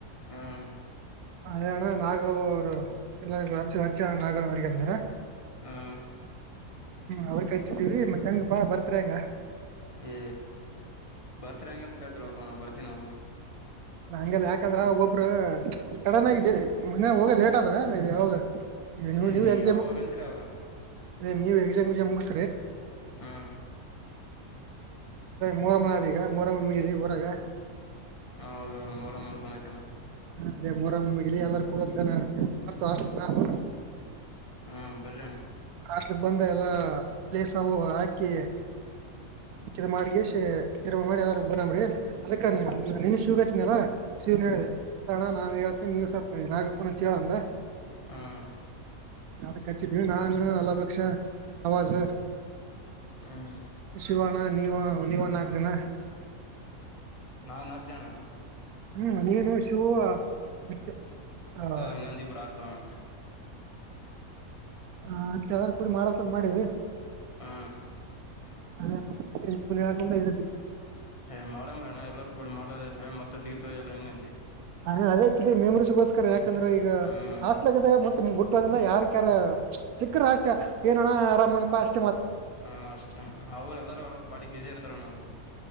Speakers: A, on the left; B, on the right.
A: ಹ್ಮ್
B: ಅದಣ ನಾಗರು ಎಲ್ಲ ನಾಗನ ಅವಗ ಅಂದ್ರ
A: ಹ್ಮ್
B: ಅವ ಹಚ್ಚೀವಿ ಮತ್ತೆ ಹೆಂಗ ಪಾ ಬರ್ತ್ ಹೆಂಗ
A: ಏ ಬರ್ತರಿ ಹಂಗಂತ ಕೇಳ್ತಲ್ಪ್ಪ ನಾವು ಬರ್ತೀ ನವು
B: ಹಂಗೆಲ್ಲ ಯಕಂದ್ರ ಒಬ್ಬೊಬ್ರು ಸಡನ್ ಆಗಿ ಮನ್ಗ ಹೋಗ ಲೇಟ್ ಆದ ಇ ಅವಾಗ <unintelligible>
A: ಏ ನೀ ಯಾವಾಗಂತೀರ ಅವಾಗಣ
B: <unintelligible>
A: ಹ್ಮ್
B: ಮೂರ ಮನ ಆದ ಈಗ ಮರ ಮನ ಮುಗಿದರಿ ಊರಾಗ
A: ಹೌದು ಮೂರ ಮೂರ್ ಬಂದೈತಾನ
B: ಅದೇ ಮೊರಮ್ಮಣ ಮಗಿಲಿ ಎಲ್ಲಾರ ಕೂಡ ಒಂದನ ಬರ್ತು ಆ ನಾವು
A: ಹಾ ಬರಿ ಅಣ
B: ಹಾಸ್ಟ್ಲಿಕ್ ಬಂದ ಎಲ್ಲಾ ಪ್ಲೇಸ್ವು ಹಾಕಿ ಇ ಮಾಡಿಗೆಸಿ ರ್ ಮಾಡಿ ಅದಾರ ಬರಾಮಿ ಅದಕ್ಕ ನಿನ್ ಶೂಗಾಚಿನಲ್ಲಾ ಶನ್ ಹೇಳಿದೆ ಸಣ ನಾನ್ ಹೇಳ್ತೇನೆ ನೀವ್ ಸ್ವಲ್ಪ ನಾಗ ಫೋನ್ ಹಚ್ಚಿ ಹೇಳಂದ
A: ಹ ಅಣ್ಣ
B: ನದಕ್ ನಾನ ಅಲಪಕ್ಷ ಆವಾಜ
A: ಹ್ಮ್
B: ಶಿವನಣ್ಣ ನೀವು ನೀವ ನಾಕು ಜನ
A: ನಾವ್ ನಾಕ್ ಜನ
B: ಹ್ಮ್ ನೀನು ಶೂ ಮತ್ತೆ ಹ
A: ಇನ್ನೊಂದ ಇಬ್ರು ಆರ್ತವ ಅಣ್ಣ
B: ಹ ಯಾರ ಕೂಡಿ ಮಾಡಕ ಮಾಡಿವಿ
A: ಹ
B: <unintelligible>
A: ಯ್ ಮಾಡಂಬ್ರಣ ಎಲ್ಲರ ಕೂಡಿ ಮಾಡೋದ ಮತ್ತತ್ ಸಿಗತ್ವ ಎಲ್ಲಾ ಹೆಂಗಂತಿ
B: ಹ ಅದೇ ಮೆಮರೀಸ್ಗೋಸ್ಕರ ಯಾಕಂದ್ರೆ ಈಗ
A: ಹ್ಮ್
B: ಹಾಸ್ಲ ಮತ್ತ ಹುಟ್ಟೋದ್ರ ಯಾರಕ್ ಯಾರ ಸಿಕ್ಕ್ರ ಆಗ್ತ ಏನಣ್ಣ ಆರಾಮ್ನಪಾ ಅ
A: ಹ ಅಷ್ಟ ಅವ್ರ ಎಲ್ಲಾರ ಅವ್ರ ಬಾಡಿ ಬ್ಯುಸಿ ಇರ್ತಾರ ನಾವು